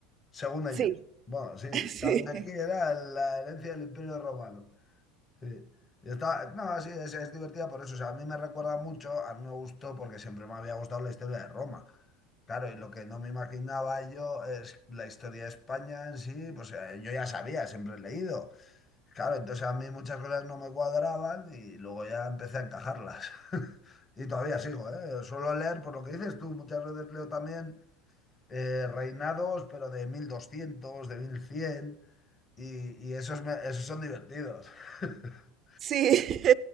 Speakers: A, on the left; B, on the right.
A: según ellos.
B: Sí,
A: Bueno, sí,
B: <laughs>
A: lo que
B: Sí,
A: había aquí era la herencia del Imperio Romano. Sí. Y está- no, sí, es, es divertida por eso. O sea, a mí me recuerda mucho, a mí me gustó porque siempre me había gustado la historia de Roma. Claro, y lo que no me imaginaba yo es la historia de España en sí, pues eh, yo ya sabía, siempre he leído. Claro, entonces a mí muchas cosas no me cuadraban y luego ya empecé a encajarlas. <laughs> Y todavía sigo, ¿eh? Suelo leer, por lo que dices tú, muchas veces leo también eh, reinados, pero de 1200, de 1100, y, y esos, me- esos son divertidos. <laughs>
B: sí, <laughs>